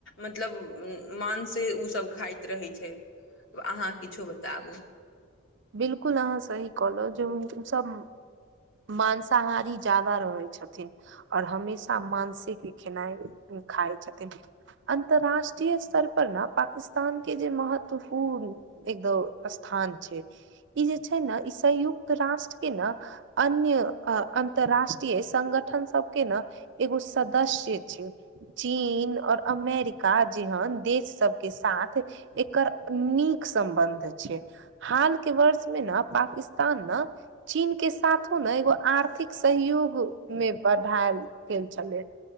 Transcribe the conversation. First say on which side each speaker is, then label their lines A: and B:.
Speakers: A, on the left; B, on the right.
A: मतलब माँसे उसब खाइत रहै छै। आब अहाँ किछो बताबु
B: बिलकुल अहाँ सही कहलहु जेउ सब मांसाहारी ती जादा रहै छथिन। और हमेशा मांसे के खेनाइ खााय छथिन। अंतरराष्ट्रीय स्थर पर ने पाकिस्तान के जे महत्वपूर्ण एकदो स्थान छै। ई जे छै, ने ई संयुक्त राष्ट्र के ने अन्य अन्तर्राष्ट्रीय संगठन सब के ने एगो सदस्य छै, चीन और अमेरिका, जेहन देश सबके साथ एकर नीक सं्बन्ध छै। हाल के वर्ष मे ने पाकिस्तान ने चीन के साथो ने एगो आर्थिक सहयोग मे बढ़ायल गेल छलै